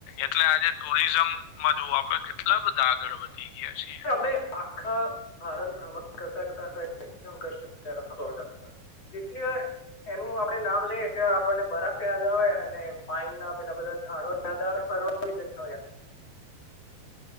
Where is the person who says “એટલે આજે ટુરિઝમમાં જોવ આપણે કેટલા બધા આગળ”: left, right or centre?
Left